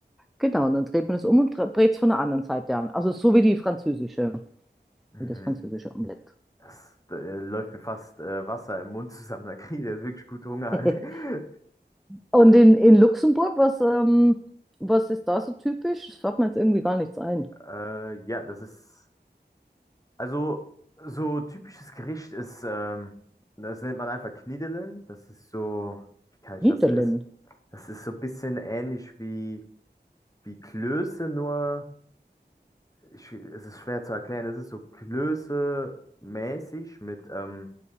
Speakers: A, in the centre; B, on the left.
A: Genau, und dann dreht man es um und brät es von der anderen Seite an. Also so wie die französische,
B: Mhm.
A: wie das französische Omelett.
B: Das, da äh, läuft mir fast äh, Wasser im Mund zusammen. Da kriege ich jetzt wirklich gut Hunger.
A: <laughs>
B: <laughs>
A: Und in, in Luxemburg, was, ähm, was ist da so typisch? Das fällt mir jetzt irgendwie gar nichts ein.
B: äh, ja, das ist. Also, so typisches Gericht ist, ähm, das nennt man einfach Knidelen. Das ist so, wie kann ich
A: Niederlin.
B: das ist? Das ist so ein bisschen ähnlich wie, wie Klöße, nur ich, es ist schwer zu erklären. Es ist so Klöße-mäßig mit ähm,